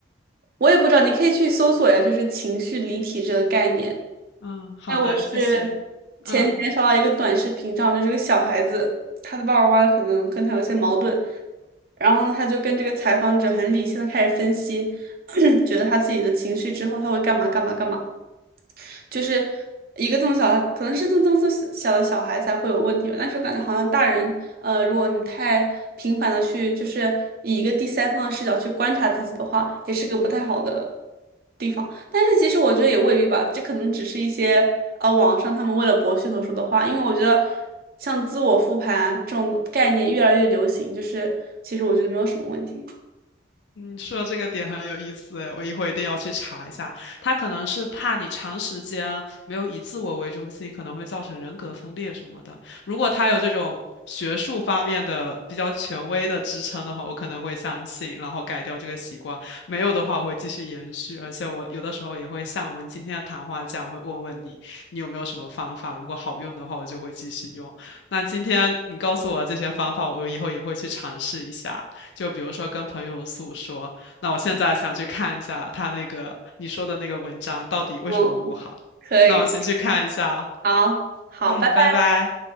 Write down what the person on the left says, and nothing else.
嗯，好的，
谢谢。嗯。
你说这个点很有意思诶，我一会一定要去查一下。他可能是怕你长时间没有以自我为中心，可能会造成人格分裂什么的。如果他有这种学术方面的比较权威的支撑的话，我可能会相信，然后改掉这个习惯。没有的话，我会继续延续。而且我有的时候也会像我们今天的谈话这样，会问问你，你有没有什么方法？如果好用的话，我就会继续用。那今天你告诉我这些方法，我以后也会去尝试一下。就比如说跟朋友诉说，那我现在想去看一下他那个你说的那个文章到底为什么不好，
那我先去看一下啊，
嗯，
拜拜。